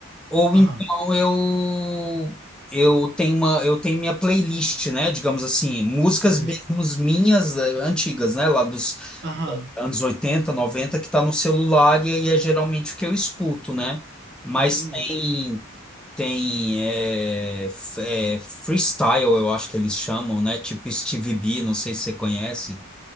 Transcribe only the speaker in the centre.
Ou
então eu eu tenho uma eu tenho minha playlist, né? Digamos assim, músicas
mesmo
minhas eh, antigas, né? Lá dos
anos 80 90 que tá no celular e aí é geralmente o que eu escuto, né? Mas
tem tem eh, f- eh, freestyle, eu acho que eles chamam, né? Tipo Stevie B, não sei se você conhece,